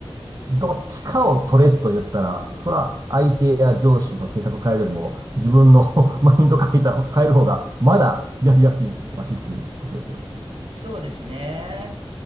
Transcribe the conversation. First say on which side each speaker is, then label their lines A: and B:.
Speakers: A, on the right (about 40°); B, on the right (about 75°).
A: どっちかを取れと言ったら、それは相手や上司の性格変えるよりも、自分の <laughs> マインド変えた、変える方がまだやりやすい、マシっていうことですよね。
B: そうですね。